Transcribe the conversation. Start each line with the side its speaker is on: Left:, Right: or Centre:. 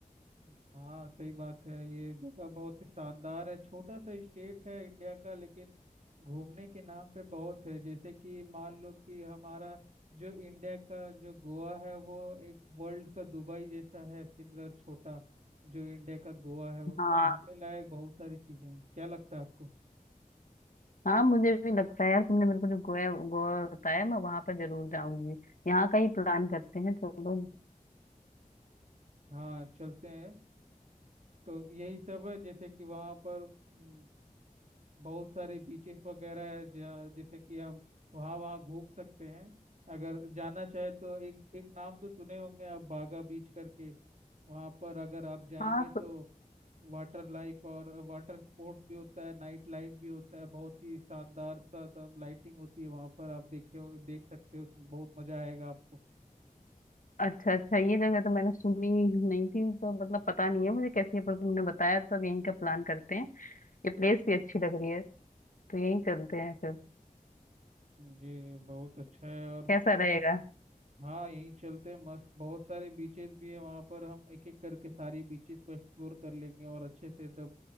Right: हाँ सही बात है ये जगह बहुत ही शानदार है छोटा सा स्टेट है इंडिया का लेकिन घूमने के नाम पे बहुत है जैसे कि मान लो कि हमारा जो इंडिया का जो गोवा है वो एक वर्ल्ड का दुबई जैसा है सिमिलर छोटा जो इंडिया का गोवा है उसमें
Left: हाँ
Right: घूमने लायक बहुत सारी चीजें हैं क्या लगता है आपको
Left: हाँ मुझे भी लगता है यार तुमने मेरे को जो गोवा गोवा बताया मैं वहां पर जरूर जाऊंगी यहाँ का ही प्लान करते हैं चलो
Right: हाँ चलते हैं तो यही सब है जैसे कि वहाँ पर हम्म, बहुत सारे बीचेस वगैरह है जहाँ- जैसे कि हम वहाँ वहाँ घूम सकते हैं अगर जाना चाहे तो एक एक नाम तो सुने होंगे आप बागा बीच करके वहाँ पर अगर आप जाएंगे
Left: हाँ
Right: तो वाटर लाइफ और वाटर स्पोर्ट्स भी होता है नाइट लाइफ भी होता है बहुत ही शानदार सा एकदम लाइटिंग होती है वहाँ पर आप देखे हो देख सकते हो उसमें बहुत मजा आएगा आपको
Left: अच्छा अच्छा ये जगह तो मैंने सुनी नहीं थी तो मतलब पता नहीं है मुझे कैसी है पर तुमने बताया तो अब यहीं का प्लान करते हैं ये प्लेस भी अच्छी लग रही है तो यहीं चलते हैं फिर
Right: जी बहुत अच्छा है और
Left: कैसा रहेगा
Right: हाँ यहीं चलते हैं मस्त बहुत सारे बीचेस भी है वहाँ पर हम एक एक करके सारे बीचेस को एक्सप्लोर कर लेंगे और अच्छे से एकदम